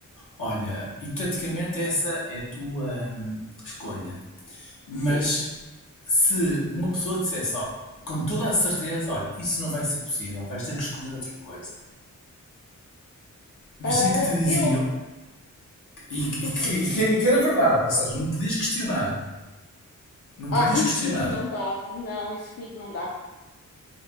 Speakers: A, on the left (about 80°); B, on the left (about 55°).
A: olha, hipoteticamente essa é a tua hum, escolha. Mas
B: Sim.
A: se uma pessoa dissesse, ó, com toda a certeza, olha, isso não vai ser possível, vais ter que escolher outra coisa. Imagina
B: Ah,
A: que te diziam,
B: eu.
A: e, e
B: Sim.
A: que, e que- e que era verdade, ou seja, não podias questionar. Não
B: Ah,
A: podias
B: isso
A: questionar.
B: comigo não dá. Não, isso comigo não dá.